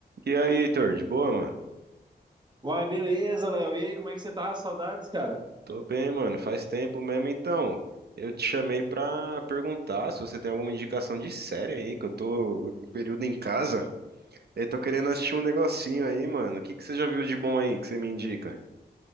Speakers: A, on the right; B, on the right.
A: E aí, Heitor, de boa, mano?
B: Uai, beleza, Léo. E aí, como é que você tá? Saudades, cara?
A: Tô bem, mano. Faz tempo mesmo, então. Eu te chamei pra perguntar se você tem alguma indicação de série aí, que eu tô um período em casa e tô querendo assistir um negocinho aí, mano. O que que você já viu de bom aí que você me indica?